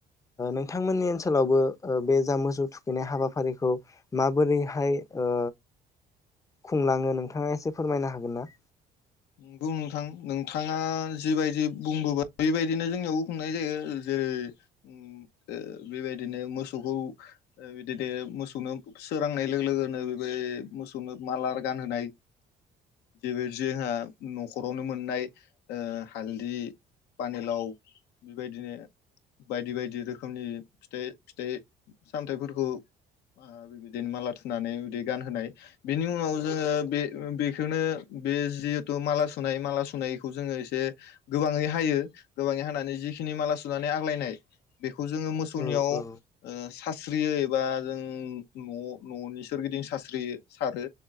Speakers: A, on the left; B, on the left.
A: औ नोंथां।
B: नोंथांमोननि ओनसोलावबो बे जा मोसौ थुखैनाय हाबाफारिखौ माबोरैहाय ओ खुंलाङो नोंथाङा एसे फोरमायनो हागोन ना?
A: नंगौ नोंथां नोंथाङा जिबायदि बुंबोबाय बेबायदिनो जोंनियावबो खुंनाय जायो जेरै ओम बेबायदिनो मोसौखौ बिदिनो मोसौनो सोरांनाय लोगो लोगोनो बे मोसौनो माला गानहोनाय बे जोंहा न'खरावनो मोननाय ओ हालदै पानिलाव बेबायदिनो बायदि बायदि रोखोमनि फिथाइ फिथाइ सामथायाइफोरखौ बेबायदिनो माला थुनानै बिदि गानहोनाय बेनि उनाव जोङो बे बेखौनो बेजिक माला सुनाय माला सुनायखौ जोङो एसे गोबाङै हायो गोबाङै हानानै जिखिनि माला सुनानै आग्लायनाय बेखौ जोङो मोसौनियाव
B: औ औ
A: ओ सास्रियो एबा जों न' न'नि सोर गिदिं सास्रियो सारो